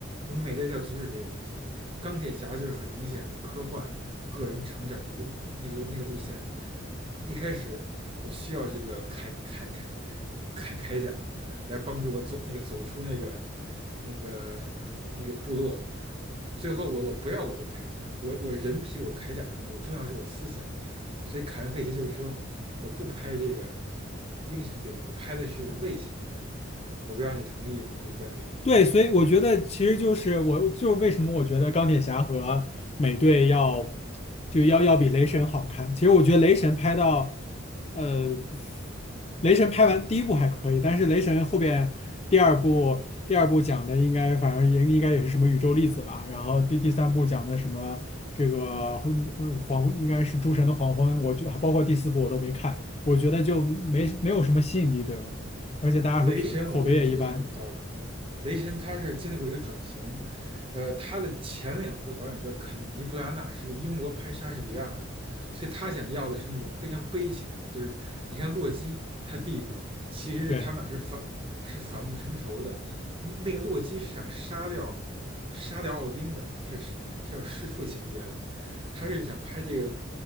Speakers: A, on the right; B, on the left.
A: 你美队就要阻止这个东西。钢铁侠就是很明显的科幻个人成长路那个那个路线。一开始我需要这个铠铠铠铠铠甲来帮助我走那个走出那个那个呃那个部落。最后我我不要我这铠甲，我我人比我铠甲重要，我重要是我思想。所以凯恩·费奇就是说，我不拍这个英雄电影，我拍的是类型片。我不知道你同意吗？这观点。
B: 对，所以我觉得其实就是我就是为什么我觉得钢铁侠和美队要就要要比雷神好看。其实我觉得雷神拍到，呃，雷神拍完第一部还可以，但是雷神后边第二部第二部讲的应该反正也应该也是什么宇宙粒子吧，然后第第三部讲的什么这个昏呃黄应该是诸神的黄昏，
A: 嗯，
B: 我觉得包括第四部我都没看，我觉得就没没有什么吸引力对我，而且大家说票口碑也一般，
A: 雷神，我觉得你说的很有道理。雷神他是经历过一个转型，呃，他的前两部导演叫肯尼·布拉纳，是个英国拍莎士比亚的，所以他想要的是那种非常悲情的，就是你看洛基他弟弟其实是他们俩是反是反目成仇的，
B: 对。
A: 那个洛基是想杀掉杀掉奥丁的，是是有弑父情节的，他是想拍这个